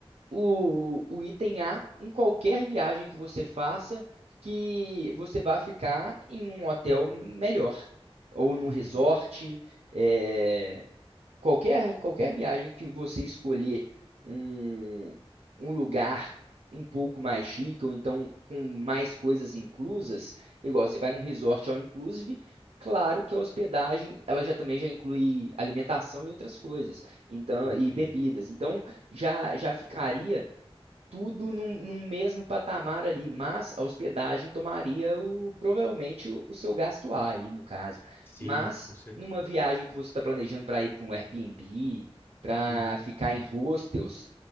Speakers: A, on the right; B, on the left.
A: o, o item A em qualquer viagem que você faça, que você vá ficar em um hotel melhor, ou num
B: Sim,
A: resort, é, qualquer, qualquer viagem que você escolher um, um lugar um pouco mais chique, ou então com mais coisas inclusas, igual você vai num resort all inclusive. Claro que a hospedagem, ela já também já inclui alimentação e outras coisas, então
B: entendo.
A: e bebidas. Então, já já ficaria tudo num, num mesmo patamar ali, mas a hospedagem tomaria o, provavelmente o, o seu gasto A aí, no caso.
B: Sim,
A: Mas
B: com certeza.
A: numa viagem que você está planejando para ir para um Airbnb, para
B: Uhum,
A: ficar em hostels,